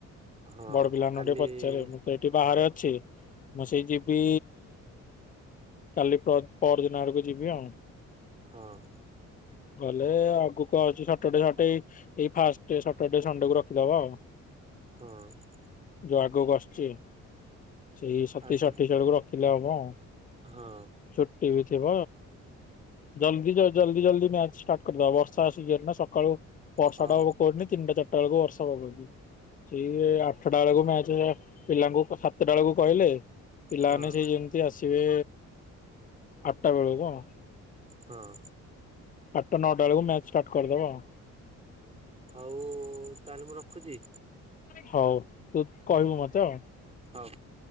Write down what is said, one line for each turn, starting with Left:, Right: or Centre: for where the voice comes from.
Right: ହଁ
Left: ବଡପିଲାମାନଙ୍କୁ
Right: କାଲି
Left: ଟିକେ ପଚାରେ, ମୁଁ ତ ଏ ବାହାରେ ଅଛି ମୁଁ ସେଇ ଯିବି କାଲି ପର ପରଦିନ ଆଡକୁ ଯିବି ଆଉ।
Right: ହଁ।
Left: ନହେଲେ ଆଗକୁ ଆଉଛି ସଟରଡେ ଷଣ୍ଡେ ଏଇ ଫାଷ୍ଟ ସଟରଡେ ସଟଡେ ଷଣ୍ଡେକୁ ରଖିଦେବା ଆଉ।
Right: ହୁଁ।
Left: ଯ ଆଗକୁ ଆସୁଛି। ସେଇ ସତେଇଶ
Right: ଆଉ ତାହେଲେ
Left: ଅଠେଇଶ ଆଡ଼କୁ ରଖିଲେ ହବ ଆଉ।
Right: ହଁ
Left: ଛୁଟି ବି ଥିବ, ଜଲଦି ଜ ଜଲଦି ଜଲଦି ମ୍ୟାଚ। ଡାକନି ଆଉ ବର୍ଷା ଆସିଯିବ ନା ସକାଳୁ ବର୍ଷା
Right: ହଁ
Left: ଟା ଆଉ କୋଉଠି ନାଇଁ ତିନି ଟା ଚାରଟା ଆଠଟା ବେଳକୁ ବର୍ଷ ବାବି ସେଇ ଆଠଟା ବେଳକୁ ମ୍ୟାଚ ପିଲାଙ୍କୁ ସାତଟା ବେଳକୁ କହିଲେ ପିଲାମାନେ
Right: ହଁ।
Left: ସେଇ ଯେ ସେ ଆସିବେ ଆଠଟା ବେଳକୁ ଆଉ।
Right: ହଁ।
Left: ଆଠଟା ନଅଟା ବେଳକୁ ମ୍ୟାଚ ଷ୍ଟାର୍ଟ କରିଦବ ଆଉ।
Right: ହଉ-ଉ, ତାହେଲେ ମୁଁ ରଖୁଛି।
Left: ହଉ, ତୁ କହିବୁ ମତେ ଆଉ?
Right: ହଉ।